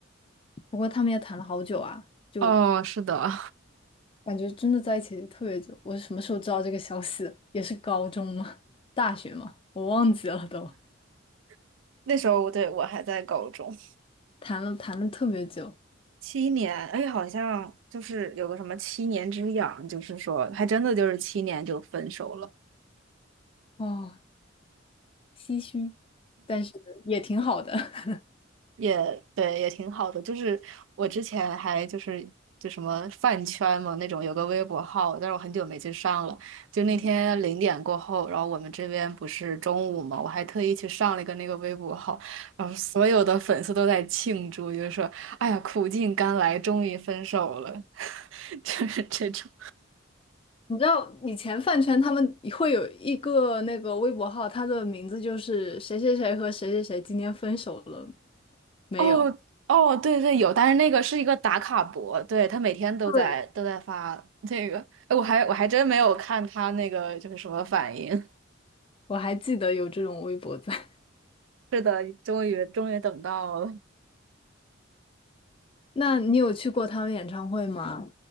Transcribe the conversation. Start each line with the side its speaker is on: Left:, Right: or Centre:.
Left: 不过他们也谈了好久啊，就
Right: 哦，是的，
Left: 感觉真的在一起特别久。我是什么时候知道这个消息的？也是高中吗？大学吗？我忘记了都。
Right: <laughs> 那时候我对我还在高中，
Left: 谈了谈了特别久，
Right: 七年，哎，好像就是有个什么七年之痒，就是说还真的就是七年就分手了，
Left: 哦，唏嘘，但是也挺好的。<laughs>
Right: 也对，也挺好的。就是我之前还就是就什么饭圈嘛那种，有个微博号，但是我很久没去上了。就那天零点过后，
Left: 嗯，
Right: 然后我们这边不是中午嘛，我还特意去上了一个那个微博号，然后所有的粉丝都在庆祝，就是说，哎呀，苦尽甘来，终于分手了，<laughs> 就是这种。
Left: 你知道以前饭圈他们会有一个那个微博号，他的名字就是谁谁谁和谁谁谁今天分手了没有？
Right: 哦哦，对对有，但是那个是一个打卡博，对，他每天都在都在发这个，
Left: 对。
Right: 哎，我还我还真没有看他那个就是什么反应。<laughs>
Left: 我还记得有这种微博在。<laughs>
Right: 是的，终于终于等到了。
Left: 那你有去过他们演唱会吗？